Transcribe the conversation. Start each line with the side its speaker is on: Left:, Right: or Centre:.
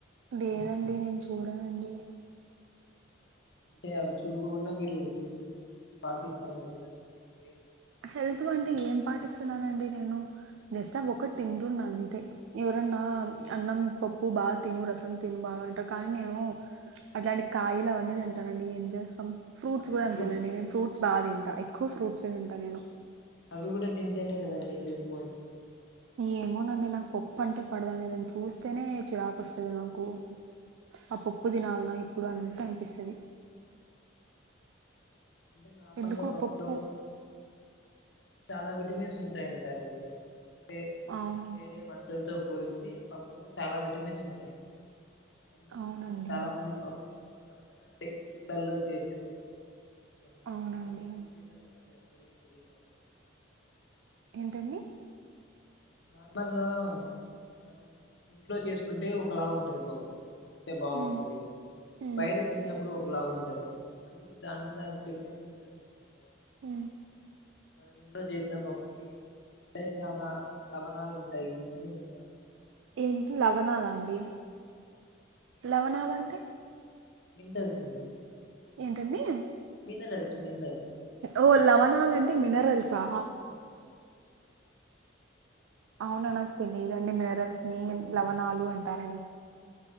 Right: లేదండి నేను చూడనండి
Left: అంటే అవి చూడుకోకుండా మీరు హెల్త్ గురించి పాటిస్తన్నారు చుడండి మీరు గ్రేట్
Right: హెల్త్ వంటే ఏం పాటిస్తున్నానండి నేను జస్ట్ అవి ఒకటి తింట్రున్న అంతే ఎవరన్నా అన్నం పప్పు బాగా తిను రసం తిను బా గ అంటర్ కానీ నేను అట్లాంటి కాయలు అవన్నీ తింటానండి ఏం చేస్తాం ఫ్రూట్స్
Left: అంటే
Right: కూడా
Left: అవి
Right: అంతేనండి నేను ఫ్రూట్స్ బాగా తింటా ఎక్కువ ఫ్రూట్స్ే తింటా నేను
Left: అవి కూడా తింటేనే కదండి హెల్త్ కి మంచిది
Right: ఏమోనండి నాకు పప్పు అంటే పడదండి దాన్ని చూస్తేనే చిరాకు వస్తది నాకు ఆ పప్పు దినాల్న్నా ఇప్పుడు అంతే అనిపిస్తది
Left: అంటే నార్మల్గా
Right: ఎందుకో
Left: పప్పులో
Right: పప్పు
Left: చాలా విటమిన్స్ ఉంటాయంటారండి అంటే
Right: అవును
Left: వేరే వంటల్తో పోలిస్తె పప్పులో చాలా విటమిన్స్ ఉంటాయంట అండి అందుకే
Right: అవునండి
Left: ఎక్కువ చాలా మంది పప్పుని ఇష్టపడ్ ఉంట ఉంటారు అంటే ఇళ్లళ్ళో చేసే పప్పు మరి నార్మల్గ
Right: అవునండి
Left: పీజీ లో ఎలా చేస్తారో తెలియదండి
Right: ఏంటండి
Left: నార్మల్గా మనం ఇంట్లో చేసుకుంటే ఒక లాగ ఉంటది పప్పు అంటే బాగుంటది
Right: ఉమ్ ఉమ్
Left: బయట తిన్నప్పుడు ఒకలాగుంటది అందుకు దానికి దానికి డిఫరెన్స్ చింతా జ కూడా
Right: మ్
Left: మనకు ఇంట్లో చేసిన పప్పుకి అంటే చాన లవణాలు ఉంటాయి అని చెప్తా ఉంటరండి
Right: ఏంటి లవణాల అండి లవణాలంటే
Left: మింటల్స్ అండి
Right: ఏంటండి
Left: మినరల్స్ మినరల్స్
Right: ఓ లవణాలంటే మినరల్సా
Left: ఆ అండి
Right: అవునా నాకు తెలియదండి మినరల్స్ ని లవణాలు అంటారని